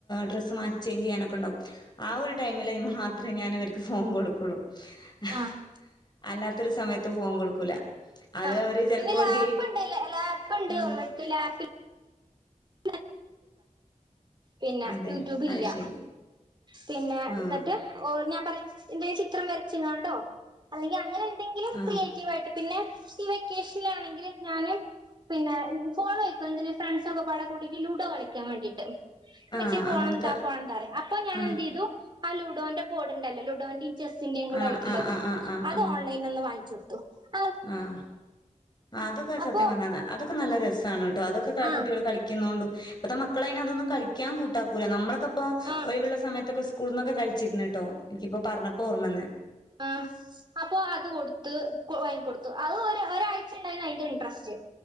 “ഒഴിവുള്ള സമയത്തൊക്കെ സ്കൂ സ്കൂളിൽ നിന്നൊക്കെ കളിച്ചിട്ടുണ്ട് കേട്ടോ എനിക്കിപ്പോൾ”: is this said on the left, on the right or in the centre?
Left